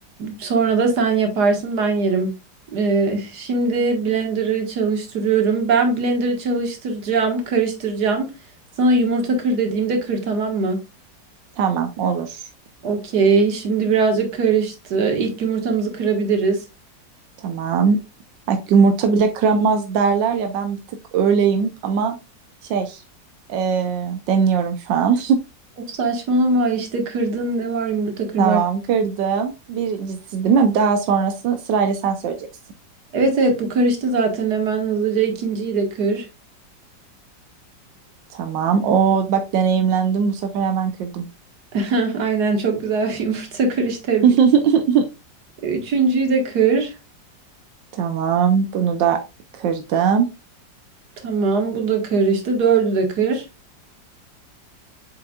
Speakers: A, on the right (about 60°); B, on the right (about 80°).
A: Sonra da sen yaparsın ben yerim. Ee, şimdi blender'ı çalıştırıyorum. Ben blender'ı çalıştıracağım, karıştıracağım. Sana yumurta kır dediğimde kır tamam mı?
B: Tamam olur.
A: Okey. Şimdi birazcık karıştı. İlk yumurtamızı kırabiliriz.
B: Tamam. Ay, yumurta bile kıramaz derler ya ben bir tık öyleyim ama şey eee, deniyorum şu an.
A: Çok saçmalama işte kırdın ne var yumurta
B: <laughs>
A: kırmak?
B: Tamam kırdım. Birincisi değil mi? Daha sonrası sırayla sen söyleyeceksin.
A: Evet evet bu karıştı zaten hemen hızlıca ikinciyi de kır.
B: Tamam. O bak deneyimlendim. Bu sefer hemen kırdım.
A: <laughs> Aynen çok güzel bir yumurta kırış tebrik.
B: <laughs>
A: Üçüncüyü de kır.
B: Tamam. Bunu da kırdım.
A: Tamam, bu da karıştı. Dördü de kır.